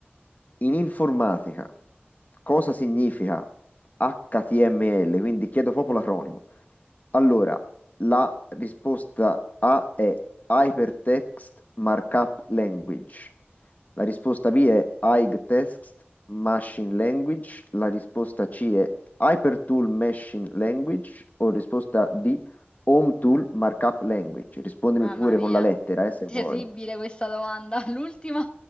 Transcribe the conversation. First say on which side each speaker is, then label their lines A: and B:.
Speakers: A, on the left; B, on the left.
A: In informatica, cosa significa HTML? Quindi chiedo proprio l'acronimo. Allora, la risposta A è Hypertext Markup Language. La risposta B è Text Machine Language. La risposta C è Hypertool Machine Language. O risposta D, Home Tool Markup Language. Rispondimi
B: mamma
A: pure
B: mia,
A: con la lettera, eh, se
B: terribile
A: vuoi.
B: questa domanda, <laughs> l'ultima,